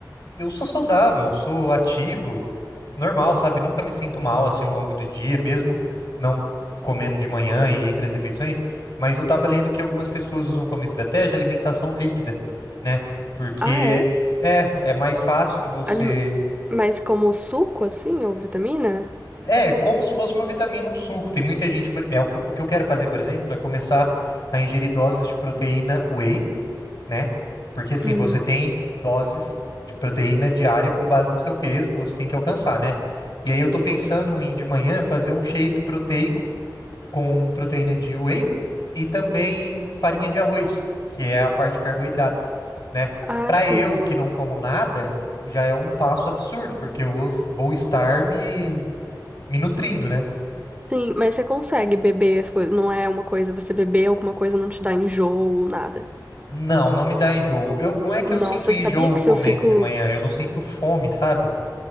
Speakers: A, on the left; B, on the right.
A: eu sou saudável, sou ativo, normal, sabe? Nunca me sinto mal assim ao longo do dia, mesmo não comendo de manhã e entre as refeições. Mas eu tava lendo que algumas pessoas usam como estratégia alimentação líquida, né? Porque
B: Ah, é?
A: é, é mais fácil de você.
B: Alime- Mas como suco, assim, ou vitamina?
A: É, como se fosse uma vitamina, um suco. Tem muita gente. por- É o que eu, que eu quero fazer, por exemplo, é começar a ingerir doses de proteína whey né? Porque assim,
B: Hum.
A: você tem doses de proteína diária com base no seu peso que você tem que alcançar, né? E aí eu tô pensando em de manhã fazer um shake proteico com proteína de whey e também farinha de arroz, que é a parte de carboidrato, né?
B: Ah,
A: Para
B: sim.
A: eu que não como nada, já é um passo absurdo, porque eu vou, vou estar me, me nutrindo, né?
B: Sim, mas você consegue beber as coisas. Não é uma coisa, você beber alguma coisa não te dá enjoo, nada.
A: Não, não me dá enjoo. Eu, não é que
B: Nossa,
A: eu sinto enjoo
B: sabia que
A: comendo
B: se eu fico.
A: de manhã, eu não sinto fome, sabe?